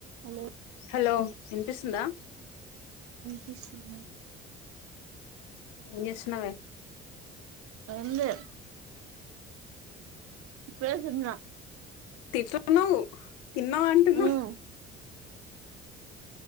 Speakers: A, on the right; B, on the left.
A: Hello
B: hello వినిపిస్తుందా
A: వినిపిస్తుంది
B: ఏం చేస్తున్నావే
A: <unintelligible> ఇప్పుడే తిన్న
B: టిఫిన్ తిన్నావా అంటున్న
A: ఉమ్